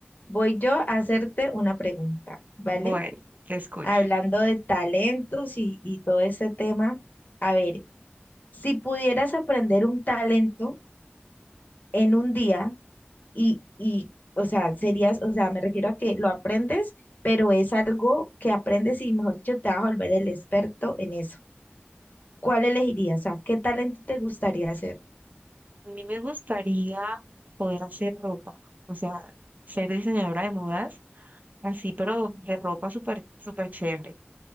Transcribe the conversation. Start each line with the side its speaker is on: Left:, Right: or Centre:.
Left: voy yo a hacerte una pregunta, ¿vale?
Right: Bueno, te escucho.
Left: Hablando de talentos y, y todo ese tema, a ver, si pudieras aprender un talento en un día y, y, o sea, serías, o sea, me refiero a que lo aprendes, pero es algo que aprendes y, mejor dicho, te vas a volver el experto en eso. ¿Cuál elegirías? O sea, ¿qué talento te gustaría ser?
Right: A mí me gustaría poder hacer ropa, o sea, ser diseñadora de modas, así, pero de ropa súper, súper chévere.